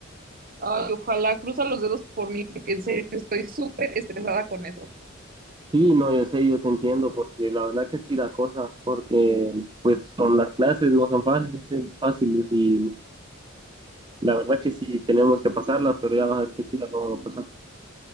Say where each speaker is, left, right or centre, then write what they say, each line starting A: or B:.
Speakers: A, on the right (about 45°); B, on the right (about 25°).
A: Ay, ojalá cruza los dedos por mí, porque en serio que estoy súper estresada con eso.
B: Sí, no, yo sé, yo te entiendo, porque la verdad que sí da cosa, porque pues son las clases, no son fáciles, eh, fáciles y la verdad que sí tenemos que pasarlas, pero ya vas a ver que sí las vamos a pasar.